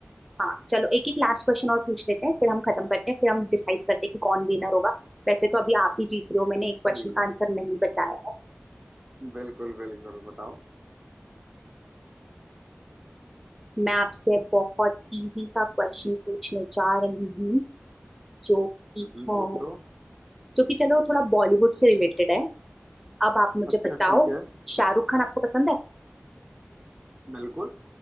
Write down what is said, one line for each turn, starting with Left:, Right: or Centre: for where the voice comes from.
Centre: हाँ चलो एक एक लास्ट क्वेश्चन और पूछ लेते हैं फिर हम खत्म करते हैं फिर हम डिसाइड करते हैं कि कौन विनर होगा वैसे तो अभी आप ही जीत रहे हो मैंने एक क्वेश्चन
Right: ठीक
Centre: का आंसर नहीं बताया है
Right: बिल्कुल बिल्कुल बताओ
Centre: मैं आपसे बहुत इजी सा क्वेश्चन पूछने जा रही हूँ जो कि
Right: हम्म,
Centre: है
Right: पूछो
Centre: जो कि चलो थोड़ा बॉलीवुड से रिलेटेड है अब आप मुझे
Right: अच्छा
Centre: बताओ
Right: ठीक है
Centre: शाहरुख खान आपको पसंद है
Right: बिल्कुल